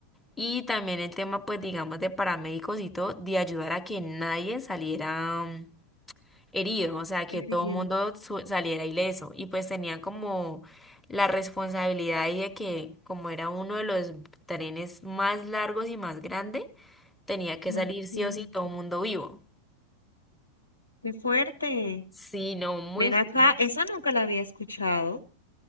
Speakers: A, in the centre; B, on the left.
A: Y también el tema, pues digamos, de paramédicos y todo, de ayudar a que nadie saliera mm, herido, o sea, que
B: herido.
A: todo el mundo su- saliera ileso. Y pues tenían como la responsabilidad ahí de que como era uno de los trenes más largos y más grande, tenía que
B: No,
A: salir sí
B: imagínate.
A: o sí todo el mundo vivo.
B: qué fuerte.
A: Sí, no, muy
B: Ven
A: fuerte.
B: acá, esa nunca la había escuchado.